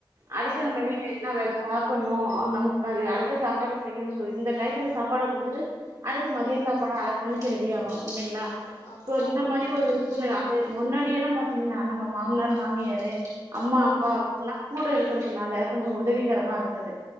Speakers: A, on the right; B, on the left.
A: அடுத்து
B: ஆமா
A: நம்ம வீட்ல
B: கண்டிப்பா
A: என்ன வேலை பாக்கணு நமக்கு மாறி அடுத்த சாப்பாடு செய்யணு சொல்லிட்டு இந்த டயத்துக்கு சாப்பாட குடுத்துட்டு அடுத்து மதியோ
B: ம்
A: சாப்பாடா
B: ம்
A: அத சமைக்க ரெடி ஆகணு இல்லங்களா
B: ஆம்
A: சோ இந்த
B: ஆமா
A: மாரி
B: ஆமா
A: ஒரு
B: கண்டிப்பா
A: சூழல்ல தா முன்னாடிய எல்லா பார்த்தீங்கன்னா நம்ம மாமனார் மாமியாரு அம்மா
B: ம்
A: அப்பா
B: ம்
A: அவங்கல்லா கூட இருக்கிறதுனால கொஞ்சோ உதவிகரமா இருந்தது